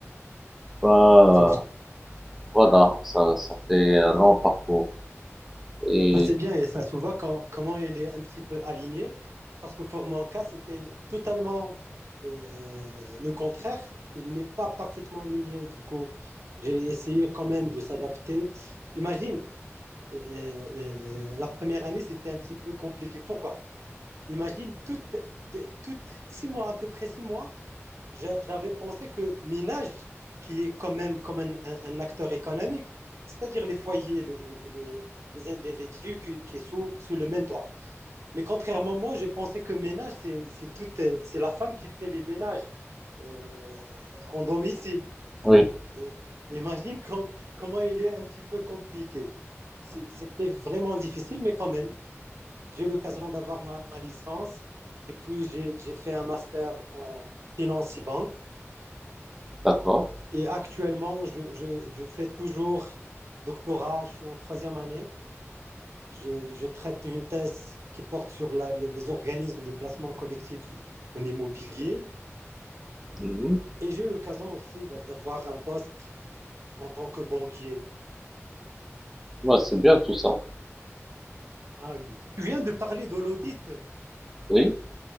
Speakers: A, in the centre; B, on the right.
A: Ben,
B: C'est bien.
A: voilà, ça, ça fait un long parcours. Et
B: Ah, c'est bien et ça se voit quand- comment il est un petit peu aligné. Parce que pour mon cas, c'était totalement euh, le contraire. Il n'est pas parfaitement aligné. Du coup, j'ai essayé quand même de s'adapter. Imagine, euh, euh, la première année, c'était un petit peu compliqué. Pourquoi? Imagine, toutes, toutes six mois, à peu près six mois, j'a- j'avais pensé que Minage, qui est quand même comme un, un- un acteur économique, c'est-à-dire les foyers, les, les- les individus qui, qui sont sous, sous le même toit. Mais contrairement à moi, j'ai pensé que ménage, c'est c'est tout, euh, c'est la femme qui fait les ménages euh, en domicile.
A: oui,
B: Et imagine <laughs> com- comment il est un petit peu compliqué. C'est- C'était vraiment difficile, mais quand même, j'ai eu l'occasion d'avoir ma, ma licence. Et puis, j'ai j'ai fait un master en finance et banque.
A: d'accord.
B: Et actuellement, je, je, je fais toujours doctorat, je suis en troisième année. Je, je traite une thèse qui porte sur la- les, les organismes de placement collectif en immobilier.
A: Mhm.
B: Et j'ai eu l'occasion aussi d'avoir un poste en tant que banquier.
A: Ouais, c'est bien tout ça.
B: Ah oui. Tu viens de parler de l'audit.
A: Oui,